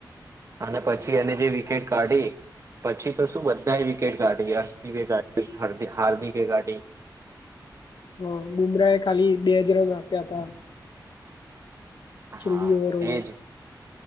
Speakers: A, on the right (about 40°); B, on the left (about 80°).
A: અને પછી એને જે વિકેટ કાઢી પછી તો શું બધાએ વિકેટ કાઢી હર્ષદીપે કાઢી <unintelligible> હાર્દિકે કાઢી
B: હ બુમરાહે ખાલી બે જ રન આપ્યા હતા. છેલ્લી
A: હા
B: ઓવરોમાં
A: એજ